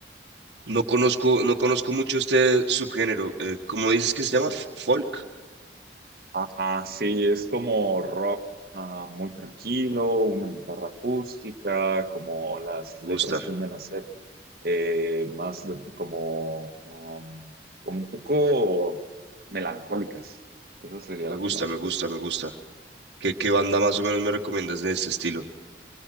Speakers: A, on the right; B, on the right.
A: No conozco, no conozco mucho este subgénero. eh, ¿cómo dices que se llama? F- Folk.
B: Ajá, sí, es como rock ah, muy tranquilo, una guitarra acústica, como las
A: Me
B: letras
A: gusta.
B: tienden a ser eh, más de- como, um, como un poco melancólicas. Esa sería
A: Me
B: la
A: gusta,
B: palabra.
A: me gusta, me gusta. ¿Qué, qué banda más o menos me recomiendas de este estilo?